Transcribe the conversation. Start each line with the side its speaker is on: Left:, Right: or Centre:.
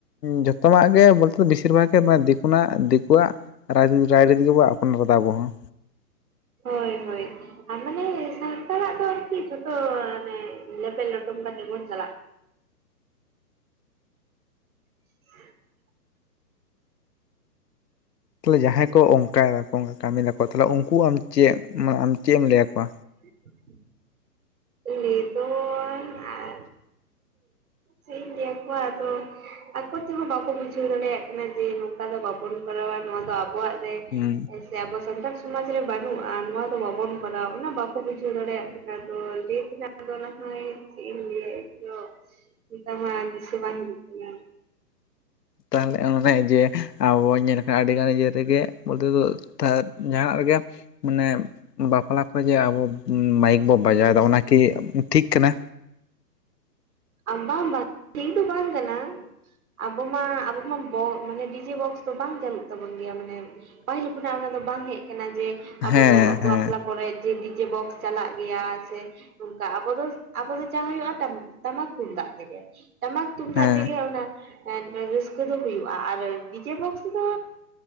Left: ᱡᱚᱛᱚ ᱱᱟᱜ ᱜᱮ ᱵᱚ ᱵᱮᱥᱤᱨ ᱵᱷᱟᱜᱽ ᱜᱮ ᱱᱚᱣᱟ ᱫᱤᱠᱩ ᱱᱟᱜ ᱫᱤᱠᱩᱣᱟᱜ ᱨᱟᱭᱨᱤ ᱨᱟᱭᱨᱤᱛ ᱜᱮᱵᱚ ᱟᱯᱱᱟᱨᱮᱫᱟ ᱟᱵᱚ ᱦᱚᱸ᱾
Right: ᱦᱚᱭ ᱦᱚᱭ ᱟᱨ ᱢᱟᱱᱮ ᱥᱟᱱᱛᱟᱲᱟᱜ ᱫᱚ ᱟᱨᱠᱤ ᱡᱷᱚᱛᱚ ᱢᱟᱱᱮ ᱞᱮᱵᱮᱞ ᱞᱚᱴᱚᱢ ᱠᱟᱛᱮ ᱵᱚᱱ ᱪᱟᱞᱟᱜ <inaudible>
Left: ᱛᱟᱦᱚᱞᱮ ᱡᱟᱦᱟᱸᱭ ᱠᱚ ᱚᱱᱠᱟ ᱮᱫᱟᱠᱚ ᱠᱟᱹᱢᱤᱭ ᱫᱟᱠᱚ, ᱛᱟᱦᱚᱞᱮ ᱩᱱᱠᱩ ᱟᱢ ᱪᱮᱫ ᱢᱟᱱᱮ ᱟᱢ ᱪᱮᱫ ᱮᱢ ᱞᱟᱹᱭᱟᱠᱚᱣᱟ᱾
Right: <inaudible> ᱞᱟᱹᱭ ᱫᱚ ᱟᱨ ᱪᱮᱫ ᱤᱧ ᱞᱟᱹᱭ ᱟᱠᱚᱣᱟ ᱟᱫᱚ᱾ ᱟᱠᱚ ᱛᱮᱦᱚᱸ ᱵᱟᱠᱚ ᱵᱩᱡᱷᱟᱹᱣ ᱫᱟᱲᱮᱭᱟᱜ ᱠᱟᱱᱟ᱾ ᱡᱮ ᱱᱚᱝᱠᱟ ᱫᱚ ᱵᱟᱵᱚᱱ ᱠᱚᱨᱟᱣᱟ ᱱᱚᱣᱟ ᱫᱚ ᱟᱵᱚᱣᱟᱜ ᱨᱮ
Left: ᱦᱩᱸ
Right: ᱟᱪᱪ <inaudible> ᱥᱮ ᱟᱵᱚ ᱥᱟᱱᱛᱟᱲ ᱥᱚᱢᱟᱡᱽ ᱨᱮ ᱵᱟᱹᱱᱩᱜᱼᱟ ᱱᱚᱣᱟ ᱫᱚ ᱵᱟᱵᱚᱱ ᱠᱚᱨᱟᱣᱟ ᱚᱱᱟ ᱵᱟᱠᱚ ᱵᱩᱡᱷᱟᱹᱣ ᱫᱟᱲᱮᱭᱟᱜ ᱞᱮᱠᱟ ᱫᱚ <unintelligible> ᱪᱮᱫ ᱤᱧ ᱞᱟᱹᱭᱟ ᱤᱧ ᱫᱚ ᱢᱮᱛᱟᱢᱟ ᱫᱤᱥᱟᱹ ᱵᱟᱝ ᱦᱤᱡᱩᱜ ᱠᱟᱱᱟ ᱾
Left: ᱛᱟᱞᱦᱮ ᱚᱱᱮ ᱡᱮ ᱟᱵᱚ ᱵᱚ ᱧᱮᱞ ᱠᱟᱜ-ᱟ ᱟᱹᱰᱤᱜᱟᱱ ᱤᱭᱟᱹ ᱨᱮᱜᱮ ᱵᱚᱞᱛᱮ ᱫᱚ <unintelligible> ᱡᱟᱦᱟᱱᱟᱜ ᱨᱮᱜᱮ ᱢᱟᱱᱮ ᱵᱟᱯᱞᱟ ᱠᱚᱨᱮ ᱡᱮ ᱟᱵᱚ ᱢᱟᱭᱤᱠ ᱵᱚ ᱵᱟᱡᱟᱣᱮᱫᱟ ᱚᱱᱟ ᱠᱤ ᱴᱷᱤᱠ ᱠᱟᱱᱟ?
Right: ᱟᱢᱵᱟ ᱟᱢᱵᱟ ᱴᱷᱤᱠ ᱫᱚ ᱵᱟᱝ ᱠᱟᱱᱟ ᱟᱵᱚ ᱢᱟ ᱟᱵᱚ ᱢᱟ ᱵᱚ ᱢᱟᱱᱮ ᱰᱤᱡᱮ ᱵᱚᱠᱥ ᱫᱚ ᱵᱟᱝ ᱪᱟᱹᱞᱩᱜ ᱛᱟᱵᱚᱱ ᱜᱮᱭᱟ ᱢᱟᱱᱮ ᱯᱟᱹᱦᱤᱞ ᱠᱷᱚᱱᱟᱜ ᱚᱱᱟ ᱫᱚ ᱵᱟᱝ ᱦᱮᱡ ᱟᱠᱟᱱᱟ ᱡᱮ ᱟᱵᱚ
Left: ᱦᱮᱸ
Right: ᱫᱚ
Left: ᱦᱮᱸ
Right: ᱵᱟᱯᱞᱟ ᱠᱚᱨᱮ ᱡᱮ ᱫᱤᱠ ᱡᱮ ᱵᱚᱠᱥ ᱪᱟᱞᱟᱜ ᱜᱮᱭᱟ ᱥᱮ ᱱᱚᱝᱠᱟ ᱟᱵᱚ ᱫᱚ ᱟᱵᱚ ᱫᱚ ᱡᱟ ᱦᱩᱭᱩᱜᱼᱟ ᱴᱟᱢ ᱴᱟᱢᱟᱠ ᱛᱩᱢᱫᱟᱜ ᱛᱮᱜᱮ ᱴᱟᱢᱟᱠ ᱛᱩᱢᱫᱟᱜ
Left: ᱦᱮᱸ
Right: ᱛᱮᱜᱮ ᱚᱱᱟ ᱮᱫ ᱨᱟᱹᱥᱠᱟᱹ ᱫᱚ ᱦᱩᱭᱩᱜᱼᱟ ᱟᱨ ᱰᱤᱡᱮ ᱵᱚᱠᱥ ᱛᱮᱫᱚ